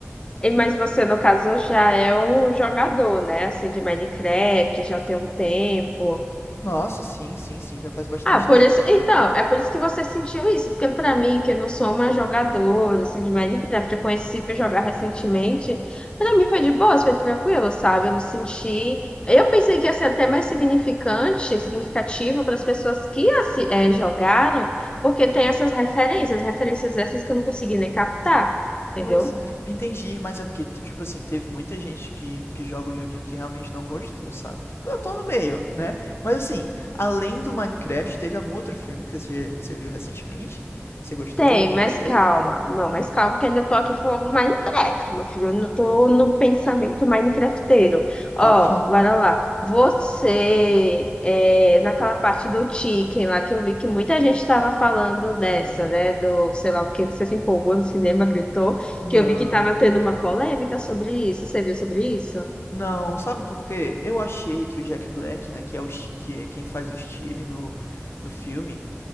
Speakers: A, on the left; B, on the left.
A: E- Mas você, no caso, já é um jogador, né? Assim, de Minecraft, já tem um tempo.
B: Nossa, sim, sim, sim, já faz bastante
A: Ah, por
B: tempo.
A: isso. Então, é por isso que você sentiu isso. Porque, pra mim, que eu não sou uma jogadora, assim, de Minecraft, eu conheci, fui jogar recentemente. Pra mim foi de boa, foi tranquilo, sabe? Eu não senti. Eu pensei que ia ser até mais significante, significativo para as pessoas que assi- eh, jogaram, porque tem essas referências, referências essas que eu não consegui nem captar, entendeu?
B: Pois é, entendi, mas é porque, tipo assim, teve muita gente que, que joga o joguinho que realmente não gostou, sabe? Eu tô no meio, né? Mas assim, além do Minecraft, teve algum outro filme que você, você viu recentemente? Você gostou
A: Tem,
B: ou não
A: mas
B: gostou?
A: calma. Não,
B: Hum,
A: mas calma, que ainda tô aqui falando do Minecraft, meu filho. Eu não tô no pensamento Minecrafteiro. Ó,
B: tá bom.
A: bora lá. Você, é, naquela parte do Chicken lá, que eu vi que muita gente tava falando dessa,
B: Hum,
A: né? Do, sei lá o que, você se empolgou no cinema, gritou,
B: Não.
A: que eu vi que tava tendo uma polêmica sobre isso. Você viu sobre isso?
B: Não, sabe por quê? Eu achei que o Jack Black, né, que é, o, Sh- que é quem faz o Steve no, no filme,